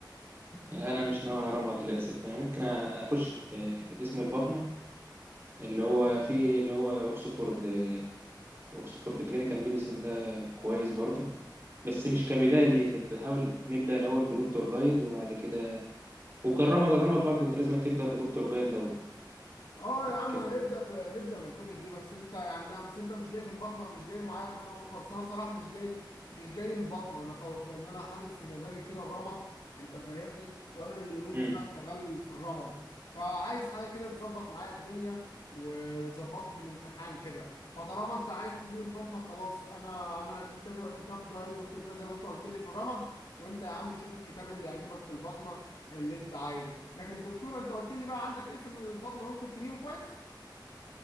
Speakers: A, on the right (about 30°); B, on the left (about 75°).
A: أنا مش ناوي على رمض للأسف أنا ممكن أخش في اسم البطنة اللي هو فيه اللي هو أوكسفورد أوكسفورد كلينيكال ميديسين ده كويس برضه بس مش كبداية ليه كنت حاول نبدأ الأول بدكتور جايد وبعد كده وكان رمض الرمض برضه أنت لازم تبدأ بدكتور جايد لو
B: اه يا عم
A: كده
B: هنبدا ب... نبدا بالكتب دي بس انت يعني لا بس انت مش جاي في البطنه مش جاي معايا في الرمد خالص انا صراحه مش جاي ال- مش جاي البطنه انا خلاص لان انا حاطط في مزاجي كده الرمد انت فاهمني وانا اليومين
A: امم
B: دول شغال في الرمد فعايز حاجه كده تظبط معايا الدنيا و... وتظبط لي في الامتحان كده فطالما انت عايز تجيب البطنه خلاص انا انا هجيب كده كتاب جاي دكتور جاي زي ما انت قلت لي في الرمد وانت يا عم شوف الكتاب اللي يعجبك في البطنه اللي انت عايزه لكن دكتور انت قلت لي بقى عندك ايه في البطنه ممكن تجيبه كويس